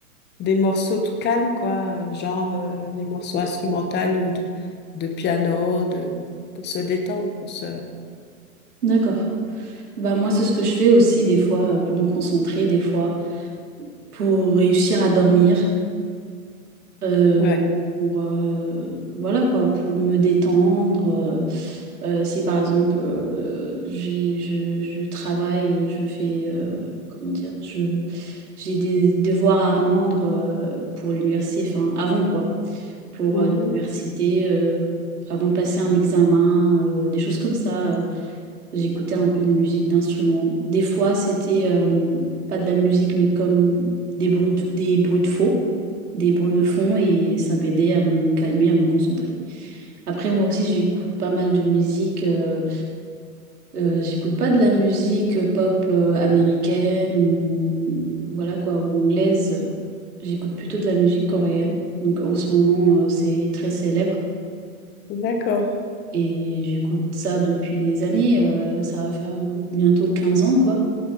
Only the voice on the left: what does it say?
des morceaux tout calmes, quoi. Genre euh, des morceaux instrumentaux de, de piano, de, pour se détendre, pour se...
Ouais.
Mhm.
D'accord.